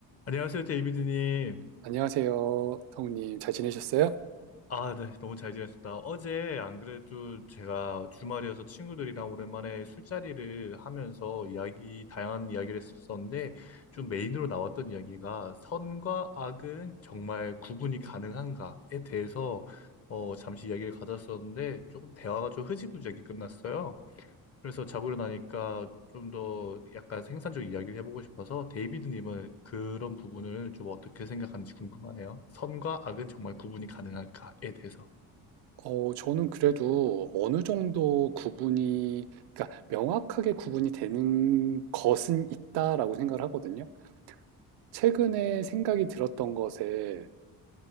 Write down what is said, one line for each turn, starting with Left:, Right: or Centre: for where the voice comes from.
Left: 안녕하세요, 데이비드님.
Right: 안녕하세요, 성우님. 잘 지내셨어요?
Left: 아, 네, 너무 잘 지냈습니다. 어제 안 그래도 제가 주말이어서 친구들이랑 오랜만에 술자리를 하면서 이야기, 다양한 이야기를 했었었는데, 좀 메인으로 나왔던 이야기가 선과 악은 정말 구분이 가능한가에 대해서 어, 잠시 이야기를 가졌었는데, 조금 대화가 좀 흐지부지하게 끝났어요. 그래서 자고 일어나니까 좀 더 약간 생산적 이야기를 해보고 싶어서 데이비드님은 그런 부분을 좀 어떻게 생각하는지 궁금하네요. 선과 악은 정말 구분이 가능할까에 대해서.
Right: 어, 저는 그래도 어느 정도 구분이, 그러니까 명확하게 구분이 되는 것은 있다라고 생각을 하거든요. 최근에 생각이 들었던 것에